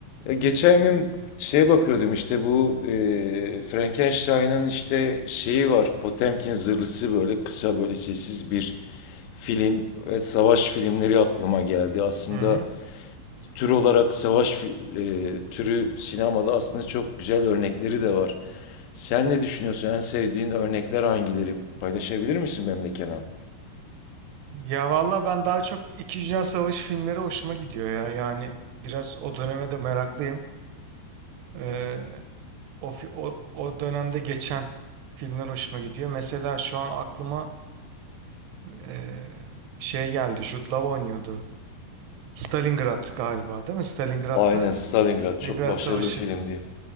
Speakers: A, on the left; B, on the right.
A: Ya geçen gün şeye bakıyordum işte bu e, Frankenstein'ın işte şeyi var. Potemkin zırhlısı böyle kısa böyle sessiz bir film ve savaş filmleri aklıma geldi. Aslında
B: Hı hı.
A: tür olarak savaş fi- e, türü sinemada aslında çok güzel örnekleri de var. Sen ne düşünüyorsun? En sevdiğin örnekler hangileri? Paylaşabilir misin benimle Kenan?
B: Ya valla ben daha çok İkinci Dünya Savaşı filmleri hoşuma gidiyor ya. Yani biraz o döneme de meraklıyım. Ee, o, fi- o, o dönemde geçen filmler hoşuma gidiyor. Mesela şu an aklıma ee, şey geldi. Jude Law oynuyordu. Stalingrad galiba değil mi? Stalingrad'da
A: Aynen Stalingrad çok
B: Stalingrad
A: başarılı
B: Savaşı.
A: bir filmdi.